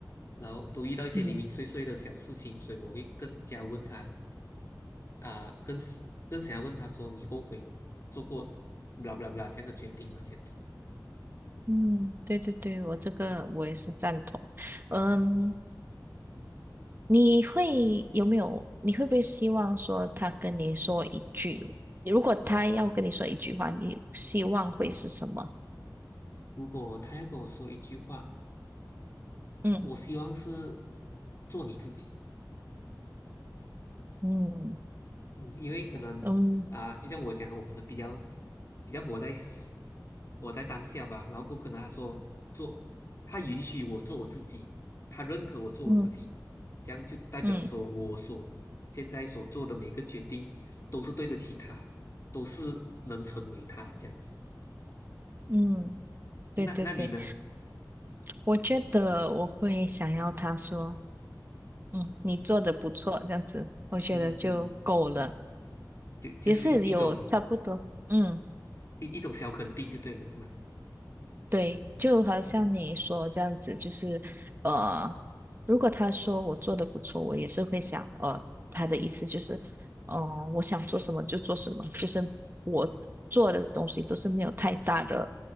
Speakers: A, on the left; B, on the right.
A: 然后都遇到一些零零碎碎的小事情，
B: 嗯
A: 所以我会更加问他啊、更更想要问他说你后悔做过 blah b l 这样的决定吗？这样子。
B: 嗯，对对对，我这个我也是赞同。嗯，你会有没有？你会不会希望说他跟你说一句？如果他要跟你说一句话，你希望会是什么？
A: 如果他要跟我说一句话。
B: 嗯
A: 我希望是做你自己，
B: 嗯
A: 嗯，因为可能啊、
B: 嗯
A: 就像我讲的，我可能比较比较活在 s- 活在当下吧，然后过可能他说做，他允许我做我自己，他认可我做我自己，
B: 嗯
A: 这样就代表说我所现在所做的每个决定都是对得起他，
B: 嗯。
A: 都是能成为他这样子。
B: 嗯，对对对，
A: 那那你呢？
B: 我觉得我会想要他说，嗯，你做的不错，这样子，我觉得就够了，
A: 嗯嗯，就就是一一种
B: 也是有差不多，嗯。
A: 一一种小肯定就对了，是吗？
B: 对，就好像你说这样子，
A: 嗯
B: 就是呃，如果他说我做的不错，我也是会想，呃，他的意思就是，呃，我想做什么就做什么，就是我做的东西都是没有太大的